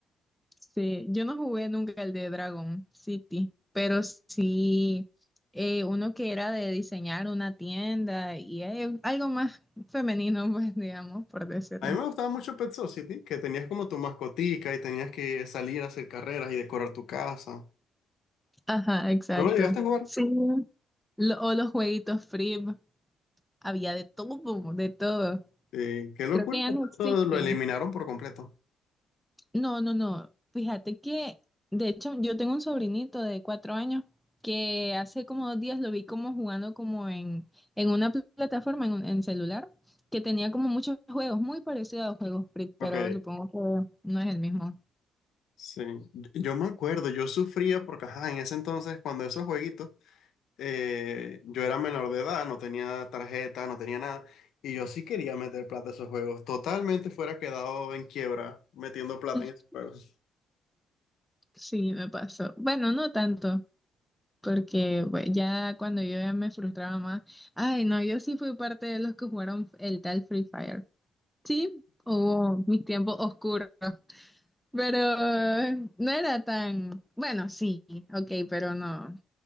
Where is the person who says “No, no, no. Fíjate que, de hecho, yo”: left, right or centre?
Centre